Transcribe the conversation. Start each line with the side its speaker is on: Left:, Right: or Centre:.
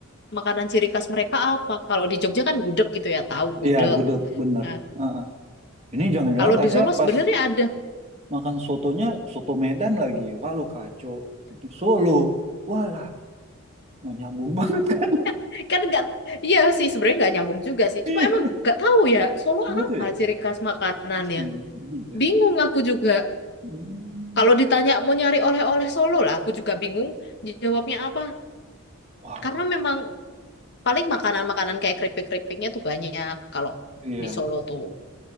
Left: makanan ciri khas mereka apa. Kalau di Jogja kan gudeg gitu ya, tahu gudeg.
Right: Iya, gudeg bener.
Left: Nah,
Right: Uh-uh. Ini jangan-jangan
Left: kalau
Right: Tasya
Left: di Solo
Right: pas
Left: sebenarnya ada.
Right: makan sotonya soto Medan lagi. Wah lu kacau. Di Solo. Walah, nggak nyambung <laughs> banget kan?
Left: <laughs> Kan nggak, iya sih sebenarnya nggak nyambung juga sih.
Right: Iya,
Left: Cuma emang nggak tahu ya Solo
Right: bener
Left: apa
Right: tuh ya.
Left: ciri khas makanannya.
Right: Terus ini, ini ya.
Left: Bingung aku juga.
Right: Hmm.
Left: Kalau ditanya mau nyari oleh-oleh Solo lah, aku juga bingung jawabnya apa.
Right: Wow.
Left: Karena memang paling makanan-makanan kayak keripik-keripiknya tuh banyak kalau
Right: Iya.
Left: di Solo tuh.